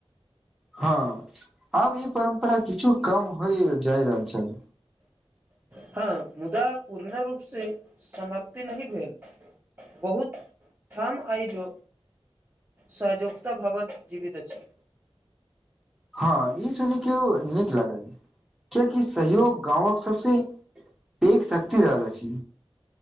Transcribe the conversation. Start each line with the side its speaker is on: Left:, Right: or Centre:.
Centre: हँ आब ई परम्परा। किछु कम होइ जाइ रहल छल।
Right: हँ, मुदा पूर्ण रूप से समाप्ति नहि भेल। बहुत ठाम आइजो। सहजोकता भावन जीवित अछी।
Centre: हँ ई सुन के नीक लागल, कियाकि सहयोग गाँंवक सबसे। एक शक्ति रहल अछि।